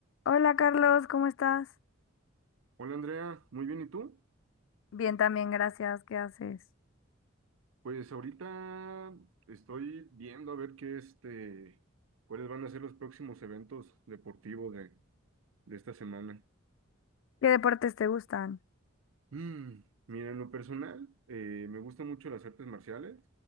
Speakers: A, on the left; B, on the right.
A: Hola Carlos, ¿cómo estás?
B: Hola Andrea, muy bien, ¿y tú?
A: Bien, también, gracias. ¿Qué haces?
B: Pues ahorita estoy viendo a ver qué este, cuáles van a ser los próximos eventos deportivos de, de esta semana.
A: ¿Qué deportes te gustan?
B: Mm, Mira, en lo personal, eh, me gustan mucho las artes marciales.